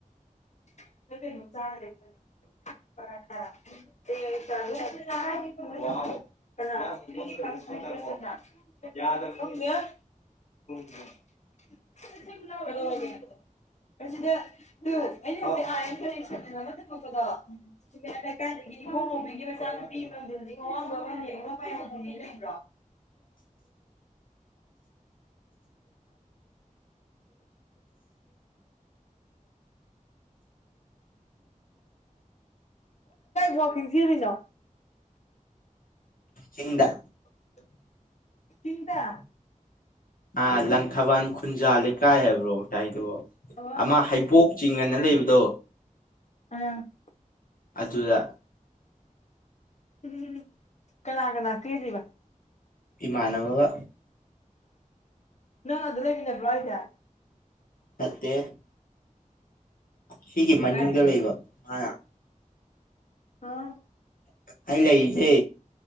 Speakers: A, on the left (about 55°); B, on the left (about 85°).
A: ꯆꯔ ꯆ ꯄꯗ ꯂꯩꯀꯥꯏꯗꯒꯤ ꯏꯍꯧ ꯅꯣꯝꯒꯤ ꯃꯆꯥꯅꯨꯄꯤ ꯑꯋꯥꯡꯕ ꯑꯃꯌꯥꯝ ꯂꯩꯕ꯭ꯔꯣ ꯍ ꯀꯤꯟꯁꯤꯗꯅ
B: ꯍꯗ
A: <unintelligible> ꯆꯤꯟꯇ
B: ꯑ ꯂꯪ ꯈꯕꯟ ꯄꯨꯟꯖꯥꯀꯥ ꯍ ꯔꯣ ꯉꯁꯥꯏꯗꯨꯣ
A: ꯑꯣ
B: ꯑꯃ ꯍꯩꯕꯣꯛ ꯆꯤꯡꯉꯅ ꯂꯩꯕꯗꯣ
A: ꯑꯝ
B: ꯑꯗꯨꯗ
A: ꯎ ꯀꯅꯥ ꯀꯅꯥ ꯁꯤꯤꯜꯂꯤꯔꯤꯕ
B: ꯏꯃꯅꯅꯕꯒ
A: ꯅꯪꯗ ꯂꯩꯟꯅ ꯐ꯭ꯔꯏꯇꯦ
B: ꯅꯠꯇꯦ ꯁꯤꯒꯤ ꯃꯅꯤꯡꯗ
A: ꯀꯥꯏꯗꯒꯤ
B: ꯂꯩꯕ ꯃꯥ
A: ꯑꯥ
B: ꯍꯥꯏ ꯂꯩꯁꯦ